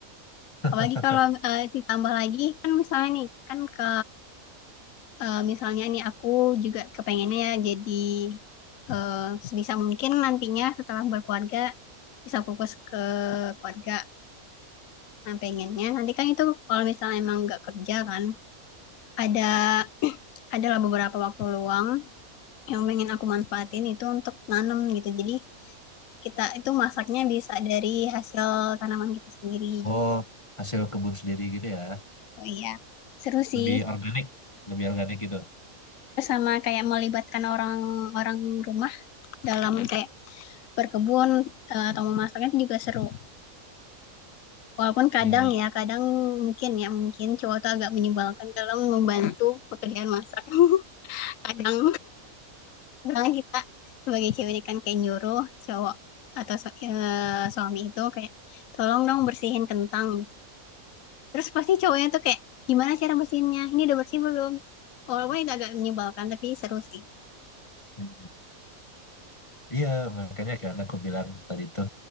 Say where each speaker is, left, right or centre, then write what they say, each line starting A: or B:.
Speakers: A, on the left; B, on the left.
A: <laughs>
B: apalagi kalau eh, ditambah lagi kan misalnya nih kan ke eh, misalnya nih aku juga kepengennya ya jadi eh, sebisa mungkin nantinya setelah berkeluarga bisa fokus ke keluarga. Nah, pengennya nanti kan itu kalau misalnya emang nggak kerja kan ada <clears throat> adalah beberapa waktu luang yang pengen aku manfaatin itu untuk nanam gitu. Jadi kita itu masaknya bisa dari hasil tanaman kita sendiri
A: oh
B: gitu.
A: hasil kebun sendiri gitu ya,
B: Oh iya, seru sih.
A: lebih organik, lebih organik gitu.
B: Terus sama kayak melibatkan orang-orang rumah dalam kayak berkebun eh, atau memasaknya itu juga seru. Walaupun kadang
A: Iya.
B: ya, kadang mungkin ya mungkin cowok tuh agak menyebalkan kalau membantu pekerjaan masak. <laughs> Kadang kadang kita sebagai cewek ini kan kayak nyuruh cowok atau su- eh, suami itu kayak tolong dong bersihin kentang gitu. Terus pasti cowoknya tuh kayak gimana cara bersihinnya? Ini udah bersih belum? Walaupun itu agak menyebalkan tapi seru sih.
A: iya. Iya, makanya kan aku bilang tadi tuh